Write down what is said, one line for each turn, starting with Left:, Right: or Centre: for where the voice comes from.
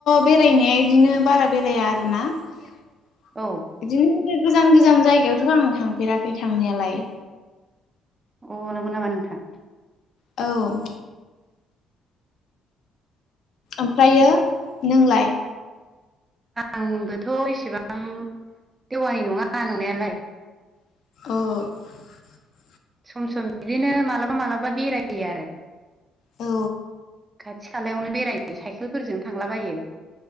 Left: बेरायनाया बिदिनो बारा बेराया आरोना। बिदिनो
Right: औ
Left: गो गोजान गोजान जायगायावथ' आं थांफेराखै थांनायालाय।
Right: अ नंगौ नामा नोंथां?
Left: औ ओमफ्रायो नोंलाय?
Right: आंबोथ' इसेबां देवानि नङा नंनायालाय।
Left: औ
Right: सम सम बिदिनो मालाबा मालाबा बेरहायो आरो।
Left: औ
Right: खाथि खालायावनो बेरायो साइकेलफोरजों थांलाबायो।